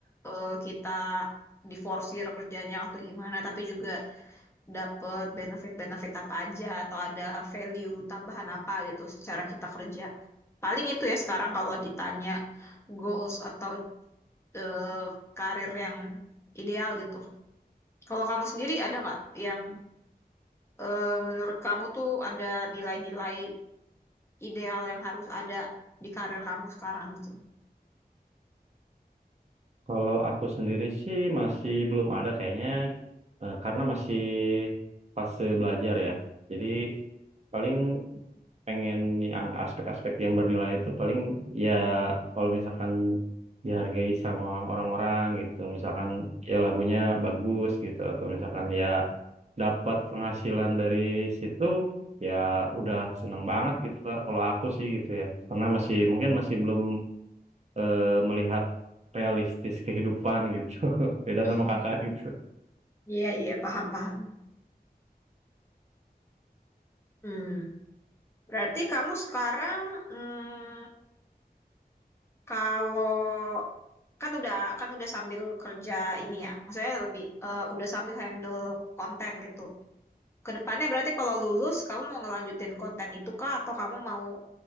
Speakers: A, on the left; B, on the right.
A: eh, kita diforsir kerjanya atau gimana, tapi juga dapat benefit-benefit apa aja atau ada value tambahan apa gitu secara kita kerja. Paling itu ya sekarang kalau ditanya goals atau eh, karir yang ideal gitu. Kalau kamu sendiri ada nggak yang eh, menurut kamu tuh ada nilai-nilai ideal yang harus ada di karir kamu sekarang gitu?
B: Kalau aku sendiri sih masih belum ada kayaknya eh, karena masih fase belajar ya. Jadi paling pengen yang aspek-aspek yang bernilai itu paling ya kalau misalkan dihargai sama orang-orang gitu misalkan ya lagunya bagus gitu atau misalkan ya dapat penghasilan dari situ ya udah seneng banget gitu Kak kalau aku sih gitu ya karena masih mungkin masih belum eh, melihat realistis kehidupan gitu <laughs> beda
A: Mhm.
B: sama kakak gitu
A: Iya, iya, paham, paham. Hmm. Berarti kamu sekarang hmm, Kalau kan udah kan udah sambil kerja ini ya, maksudnya lebih eh, udah sambil handle konten gitu. Kedepannya berarti kalau lulus kamu mau ngelanjutin konten itu kah atau kamu mau